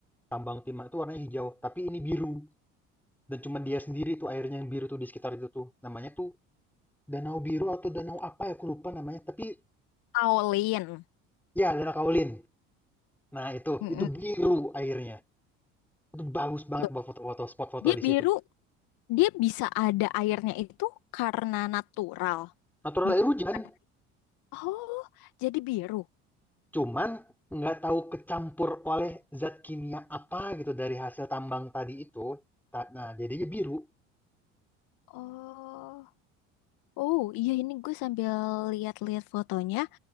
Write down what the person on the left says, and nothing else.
kaolin.
mm
Loh,
dia
biru,
dia bisa ada airnya itu karena natural,
bukan.
Oh, jadi biru.
Oh, oh iya ini gue sambil lihat-lihat fotonya,